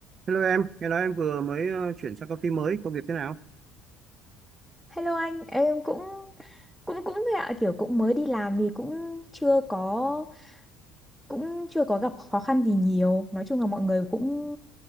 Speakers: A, on the right; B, in the centre.
A: Hello em, nghe nói em vừa mới ờ, chuyển sang công ty mới, công việc thế nào?
B: Hello anh, em cũng cũng cũng thế ạ, kiểu cũng mới đi làm thì cũng chưa có cũng chưa có gặp khó khăn gì nhiều. Nói chung là mọi người cũng